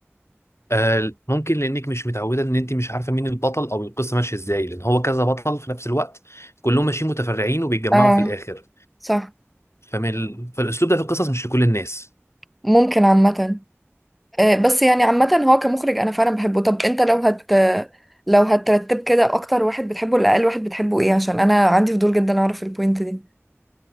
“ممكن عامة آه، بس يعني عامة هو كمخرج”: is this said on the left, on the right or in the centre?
Centre